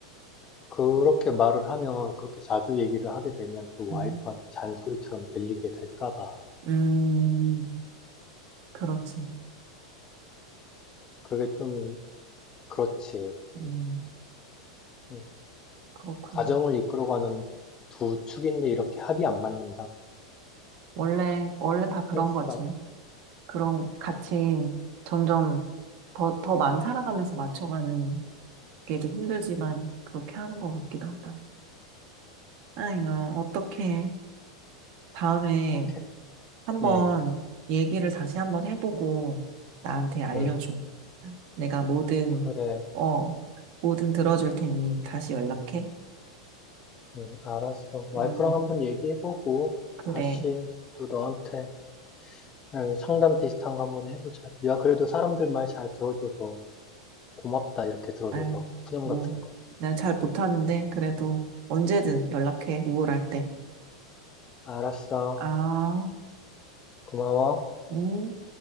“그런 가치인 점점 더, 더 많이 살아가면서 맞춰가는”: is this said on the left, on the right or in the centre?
Right